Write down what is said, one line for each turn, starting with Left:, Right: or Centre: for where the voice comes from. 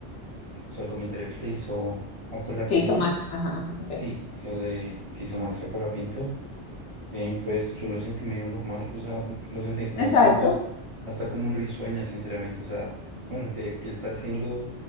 Right: sea, el comentario que le hizo a Colapinto,
Left: ¿Qué hizo Max? Ajá, ajá, ok.
Right: sí, que le que hizo Max a Colapinto, eh, pues yo lo sentí medio normal, o sea, lo sentí como
Left: Exacto.
Right: compos, hasta como risueña, sinceramente, o sea, <laughs> bueno, que, que está haciendo